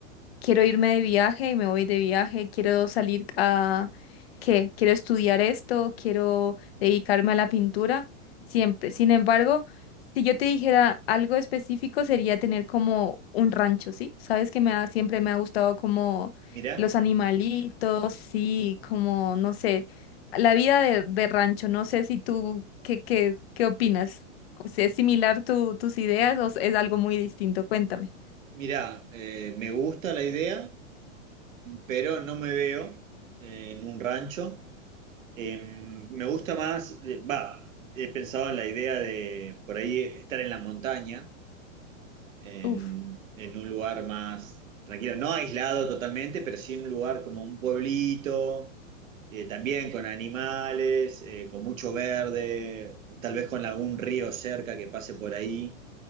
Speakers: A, on the left; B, on the right.
A: quiero irme de viaje y me voy de viaje, quiero salir a, ¿qué? Quiero estudiar esto, quiero dedicarme a la pintura, siempre. Sin embargo, si yo te dijera algo específico sería tener como un rancho, ¿sí? Sabes que me ha, siempre me ha gustado como
B: Mirá.
A: los animalitos, sí, como, no sé, la vida de, de rancho, no sé si tú, ¿qué, qué, qué opinas? Si ¿Es similar tu, tus ideas o es algo muy distinto? Cuéntame.
B: Mirá, eh, me gusta la idea, pero no me veo eh, en un rancho. Eh, me gusta más, eh, va, he pensado en la idea de por ahí estar en la montaña, en,
A: Uf,
B: en un lugar más tranquilo, no aislado totalmente, pero sí en un lugar como un pueblito, eh, también con animales, eh, con mucho verde, tal vez con algún río cerca que pase por ahí